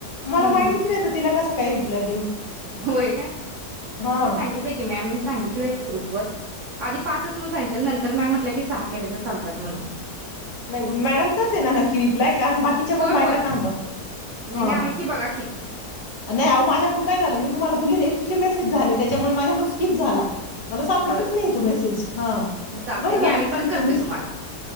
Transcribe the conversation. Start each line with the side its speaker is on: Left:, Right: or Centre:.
Left: मला
Right: हम्म
Left: माहितीच
Right: हम्म
Left: नाही तर तिला कसं कायं रिप्लाय देऊ?
Right: होय कायं,
Left: हा
Right: मी सांगितलंय की मॅमनी सांगितलंय. रूखवत. आधी पाचचं म्हणून सांगितलेल नंतर मॅम म्हटल्या की की सहा केले तर चालतात म्हणून.
Left: नाही मॅडमचाच आहे ना नक्की रिप्लाय. कारण बाकीच्या पण
Right: होय
Left: बायका
Right: होय
Left: सांगतात
Right: नाही
Left: ह.
Right: नाही आहे की बघा की
Left: नाही अव माझ्याकडून काय झालं मी तुम्हाला बोलली नाही. इतके मेसेज झाले त्याच्यामुळे माझ्याकडून स्किप झाला. मला सापडतच
Right: बरं
Left: नाहीए तो मेसेज हा
Right: चालतंय
Left: बरं
Right: मी
Left: झाल
Right: आणि परत
Left: की
Right: करते
Left: तुम्हीच
Right: तुम्हाला